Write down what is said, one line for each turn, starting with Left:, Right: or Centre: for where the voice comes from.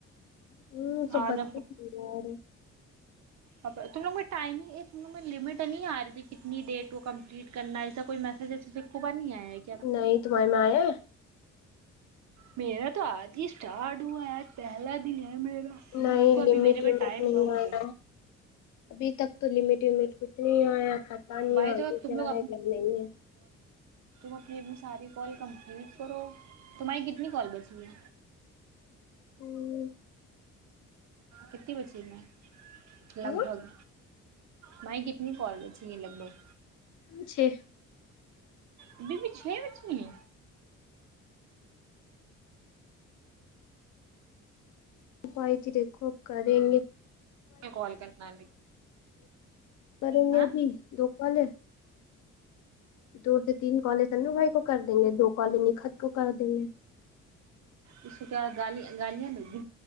Left: ہوں سب
Right: آج
Left: بچےارے
Right: ا تم لوگوں ٹائمنگ ت لوگ میں لمٹ نہیں آ رہی تھی کتنی ڈیٹ کو کمپلیٹ کرنا ایسا کوئی میسج ایوب نہیں آیا ہے کیا تھا
Left: نہیں تمہارے میں آیا
Right: میرا تو آج ہی اسٹارٹ ہوا ہے آج پہلا دن ہے میرے
Left: نہیں
Right: دیکھو ابھی
Left: لمٹ
Right: پاس
Left: ومٹ
Right: ٹائم
Left: نہیں
Right: بہت
Left: آ رہا ہے ابھی تک تو لمٹ کچھ نہیںیا کھا نہیں
Right: بھائی
Left: ای
Right: تو تم لوگ
Left: گ نہیں ہے
Right: م اپنی اپنی ساری کال کمپلیٹ کرو تمہاری کتنی کال بچی ہے
Left: ہوں
Right: کتنی بچی میں لگ
Left: ہاں
Right: بھگ بائی کتنی کال بچی ہے لگ بھگ
Left: اچھے
Right: ابھی بھی چھ بچی ہیں
Left: اپ ت دیکھو کریں گ
Right: کال کرنا
Left: کریں
Right: ہاں
Left: گے ابھی دوپال ہے دو سے تین کالج ان بھائی کو کر دیں گے دو کالج نکھت کو کر دیں گے
Right: اس کو کیا گالیاں گالیاں د گی